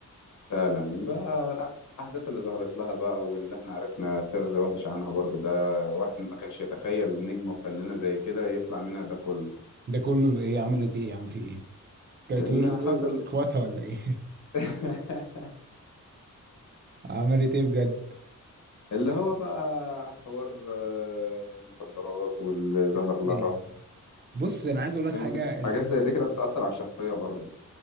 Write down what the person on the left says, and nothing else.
فعلا بقى الاحداث اللي ظهرت لها بقى واللي احنا عرفنا سر وحش عنها برضو ده واحد ما كانش يتخيل نجمه وفنانه زي كده يطلع منها ده كله
اللي
حصل
<laughs>
اللي هو بقى حوار آه، المخدرات واللي ظهر
لها
إن
حاجات زي دي كده بتأثر على الشخصية برضه